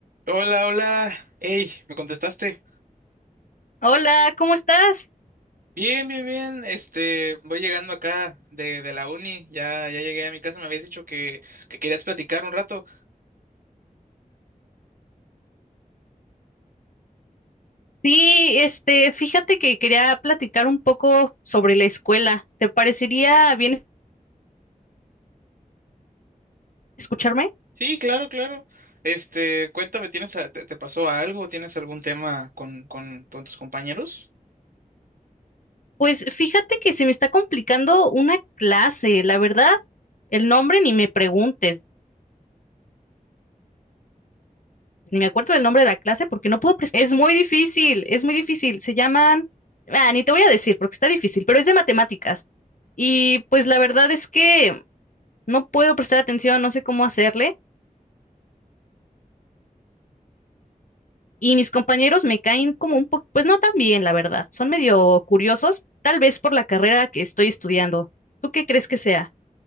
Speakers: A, on the right; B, on the left.
A: Hola, hola. Hey, ¿me contestaste?
B: Hola, ¿cómo estás?
A: Bien, bien, bien. Este, voy llegando acá de, de la uni. Ya, ya llegué a mi casa. Me habías dicho que, que querías platicar un rato.
B: Sí, este, fíjate que quería platicar un poco sobre la escuela. ¿Te parecería bien escucharme?
A: Sí, claro, claro. Este, cuéntame, ¿tienes, a- te, te pasó algo? ¿Tienes algún tema con, con, con tus compañeros?
B: Pues fíjate que se me está complicando una clase, la verdad, el nombre ni me preguntes, ni me acuerdo del nombre de la clase porque no puedo prestar. Es muy difícil, es muy difícil. Se llaman, ah, ni te voy a decir porque está difícil, pero es de matemáticas. Y pues la verdad es que no puedo prestar atención, no sé cómo hacerle. Y mis compañeros me caen como un poco, pues no tan bien, la verdad. Son medio curiosos, tal vez por la carrera que estoy estudiando. ¿Tú qué crees que sea?